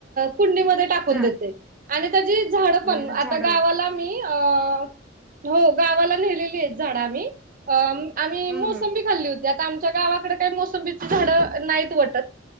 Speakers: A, on the right (about 45°); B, in the centre.
A: कुंडीमध्ये टाकून
B: हा
A: देते आणि त्याची झाड
B: मग
A: पण
B: तिथे झाड
A: गावाला मी हो. गावाला नेलेली आहेत झाड मी आम्ही
B: हम्म
A: मोसंबी खाल्ली होती. आता आमच्या गावाकड काय मोसंबीची झाडं, नाहीत वटत.